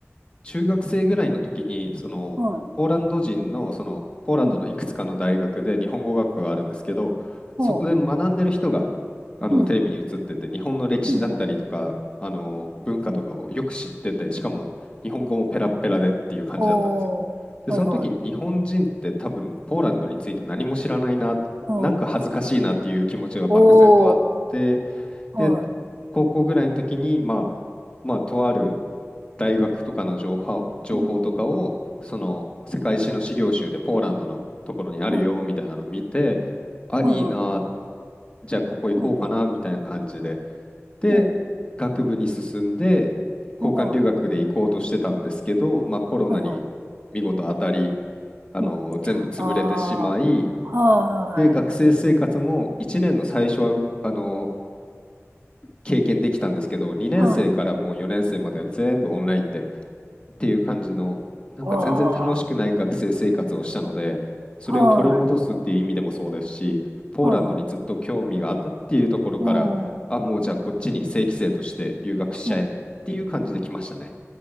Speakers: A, on the left; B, on the right.
A: 中学生ぐらいの時に、そのポーランド人の、
B: い。
A: そのポーランドのいくつかの大学で日本語学科があるんですけど、
B: うん。おー。
A: そこで学んでる人があのテレビに映ってて、
B: うん。
A: 日本の歴史だったりとか、
B: うん。うん。
A: あの文化とかをよく知ってて、
B: うん
A: しかも日本語もペラッペラでっていう感じだったんですよ。
B: おー。
A: で、
B: はいはい。
A: その時に日本人って多分ポーランドについて何も知らないな、
B: うん。
A: なんか恥ずかしいなっていう気持ちが漠然とあって、
B: おー。は
A: で、高校ぐらいの時に、まあ、まあ、とある大学とかの情報、情報とかを、
B: い。うん。
A: その世界史の資料集でポーランドのところにあるよみたいなのを見て、
B: はい。
A: あ、
B: はいはい。
A: いいな、じゃあここ行こうかなみたいな感じで。
B: うん。う
A: で、
B: ん。
A: 学部に進んで、交換留学で行こうとしてたんですけど、
B: うん。はい。
A: まあ、コロナに見事当たり、
B: はいはい。
A: あの、
B: うん。
A: 全部潰れてしまい、
B: ああ、
A: で、
B: はい、
A: 学生生活も1年の最初は、あの、経験できたんですけど、2年生からもう4年生までは全部オンラインで
B: はい。
A: っていう感じの、なんか全然楽しくない学生生活をしたので、
B: わあ、
A: それを取り戻すっていう意味でもそうですし、
B: はい、
A: ポーランドにずっと興味があったっていうところから、
B: はい、はい。うん、
A: あ、もうじゃあこっちに正規生として留学しちゃえっていう感じで来ましたね。
B: うん。